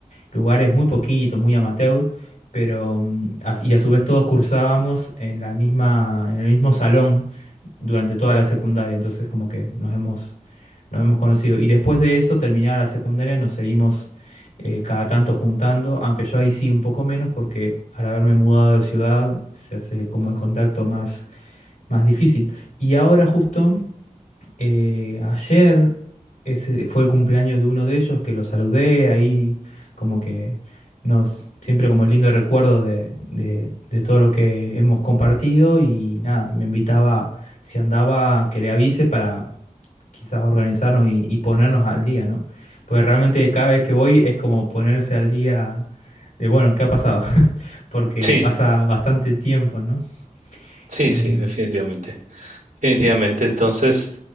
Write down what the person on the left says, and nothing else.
lugares muy poquitos, muy amateur, pero mm, as- y a su vez todos cursábamos en la misma, en el mismo salón durante toda la secundaria, entonces como que nos hemos, nos hemos conocido. Y después de eso, terminada la secundaria, nos seguimos eh, cada tanto juntando, aunque yo ahí sí un poco menos, porque al haberme mudado de ciudad se hace como el contacto más, más difícil. Y ahora justo eh, ayer ese fue el cumpleaños de uno de ellos que lo saludé ahí, como que nos, siempre como lindo recuerdo de, de- de todo lo que hemos compartido y nada, me invitaba, si andaba, que le avise para quizás organizarnos y, y ponernos al día, ¿no? Porque realmente cada vez que voy es como ponerse al día de, bueno, ¿qué ha pasado? <laughs> Porque
pasa bastante tiempo, ¿no?
Eh,